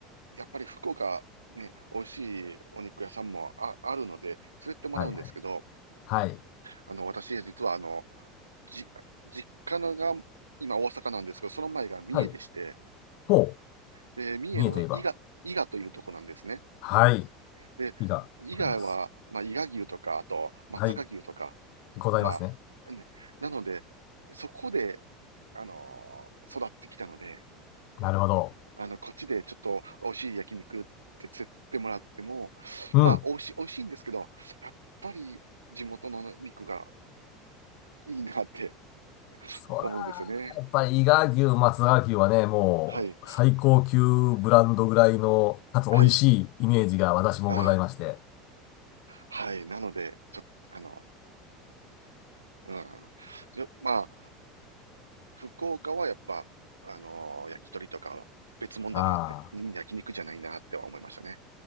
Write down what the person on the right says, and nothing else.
やっぱり福岡、ね、美味しいお肉屋さんもあ、あるので、連れてってもらうんですけど、
あの、私、実はあの、じ、実家のが今大阪なんですけど、その前が三重でして、
で、三重の伊賀、
伊賀というとこなんですね。
で、
伊賀は、まあ、伊賀牛とか、あと、松阪牛とか、
まあ、ね、なので、そこで、あのー育ってきたので、
あの、こっちでちょっと美味しい焼肉って釣ってもらっても、
まあ、美味しい、美味しいんですけど、やっぱり地元の肉がいいなって
思うんですよね。
はい。
はい。ああ、はい。なので、ちょっと、あの、うん。よまあ、福岡はやっぱ、あのー焼き鳥とかは別物だなって、
ん焼肉じゃないなっては思いましたね。